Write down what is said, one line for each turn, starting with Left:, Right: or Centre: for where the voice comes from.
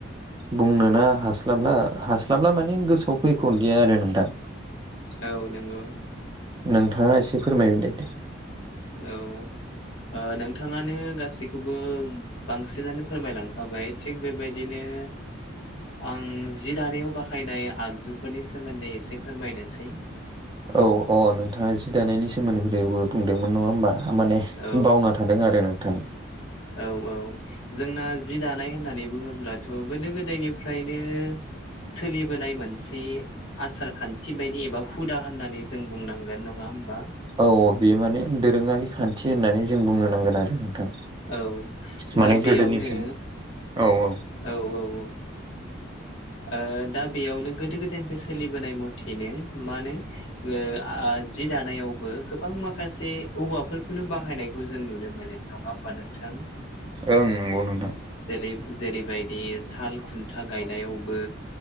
Right: बुंनोना हास्लाबला हास्लाबला माने गोसोआव फैखदिया आरो नोंथां
Left: औ नंगौ
Right: नोंथाङा एसे फोरमायदो दे
Left: औ नोंथाङानो गासैखौबो बांसिनानो फोरमायलांखाबाय थिग बेबायदिनो आं जि दानायाव बाहायनाय आगजुफोरनि सोमोनदै एसे फोरमायनोसै
Right: औ अ नोंथाङा जि दानायनि सोमोन्दैबो बुंदोंमोन नङा होमबा माने
Left: औ
Right: बावना थादों आरो नोंथां
Left: औ औ जोंना जि दानाय होननानै बुङोब्लाथ' गोदो गोदायनिफ्रायनो सोलिबोनाय मोनसे आसार खान्थि बायदि एबा हुदा होननानै जों बुंनांगोन नङा होमबा
Right: औ बेयो माने दोरोङारि खान्थि होननानै जों बुंनो नांगोन आरो नोंथां
Left: औ
Right: माने
Left: दा बेयावनो
Right: गोदोनिफ्रायनो औ औ
Left: औ औ औ ओ दा बेयावनो गोदो गोदायनिफ्राय सोलिबोनाय मथेनो मा होनो ओ जि दानायावबो गोबां माखासे औवाफोरखौनो बाहायनायखौ जों नुनो मोनो नङा होमबा नोंथां
Right: ओं नंगौ नोंथां
Left: जेरै जेरैबायदि साल खुनथा गायनायाव बो